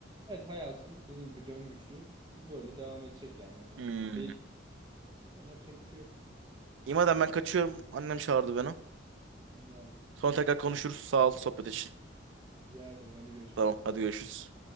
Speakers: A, on the right (about 25°); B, on the right (about 80°).
A: Evet hayatın dediğin gibi döngüsü bu böyle devam edecek yani o
B: Hmm.
A: değişik gerçekten yapacak bir şey yok.
B: İmadan ben kaçıyorum. Annem çağırdı beni.
A: Tamam,
B: Sonra tekrar konuşuruz. Sağ ol sohbet için.
A: Güzel ederim hadi görüşürüz.
B: Tamam hadi görüşürüz.